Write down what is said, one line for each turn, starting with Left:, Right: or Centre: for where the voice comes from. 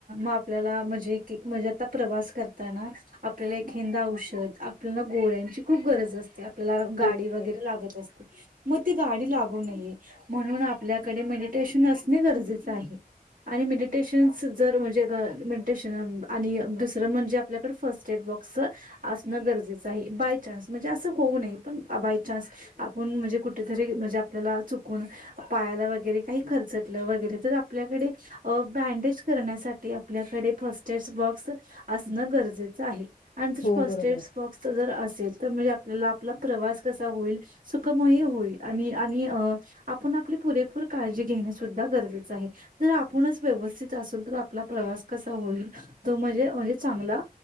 Right: आपल्या हम म्हणजे की म्हणजे आता प्रवास करताना आपले <inaudible> आपल्याला गोळ्यांची खूप गरज असते आपल्याला गाडी
Left: हो बरोबर
Right: वगैरे लागत असते मग ती गाडी लागू नये म्हणून आपल्याकडे म्हणजे <inaudible> नसलेले गरजेच आहे आणि मेडिटेशन्स जर म्हणजे घर मेडिटेशन आणि दुसरं म्हणजे आपल्याकड फर्स्ट स्टेप बाॅक्स असणं गरजेचं <inaudible> बाई चान्स म्हणजे अस होऊ नये पण बाई चान्स आपण म्हणजे कुठे तरी म्हणजे आपल्याला कोण पायाला वगैरे काही खरचटल वगैरे आपल्याकडे अ बॅडेज करण्यासाठी की आपल्याकडे फस्टेज बॉक्स असणं गरजेचं आहे <inaudible>
Left: हो
Right: फस्टेज
Left: बरोबर
Right: तर असेल तर म्हणजे आपल्याला आपला प्रवास कसा होईल सुखमय होईल आणि आणि अ आपण आपली पुरेपूर काळजी घेणे सुद्धा गरजेचं आहे जर आपूनच व्यवस्थित असेल तर आपला प्रवास प्रवास कसा होईल तो म्हणजे म्हणजे चांगला